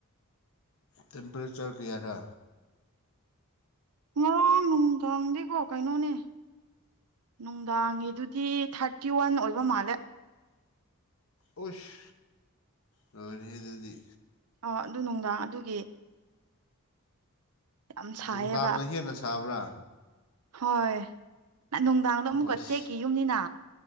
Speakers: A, on the left; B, on the right.
A: ꯇꯦꯝꯄꯔꯦꯆꯔ ꯀ꯭ꯌꯥꯔ
B: ꯉꯔꯥꯡ ꯅꯨꯡꯗꯥꯡꯗꯤꯀꯣ ꯀꯩꯅꯣꯅꯦ ꯅꯨꯡꯗꯥꯡꯒꯤꯗꯨꯗꯤ ꯊꯥꯔꯇꯤꯋꯥꯟ ꯑꯣꯏꯕ ꯃꯥꯜꯂꯦ꯫
A: ꯑꯣꯁ ꯂꯣꯏꯔꯍꯦ ꯗꯨꯗꯤ
B: ꯑꯣ ꯑꯗꯨ ꯅꯨꯡꯗꯥꯡ ꯑꯗꯨꯒꯤ ꯌꯥꯝ ꯁꯥꯏꯌꯦꯕ
A: ꯅꯨꯡꯗꯥꯡꯃ ꯍꯦꯟꯅ ꯁꯥꯕ꯭ꯔꯥ
B: ꯍꯣꯏ ꯅꯨꯡꯗꯥꯡꯗꯣ ꯑꯃꯨꯛꯀ
A: ꯍꯣꯏꯁ
B: ꯆꯦꯛꯀꯤ ꯌꯨꯝꯅꯤꯅ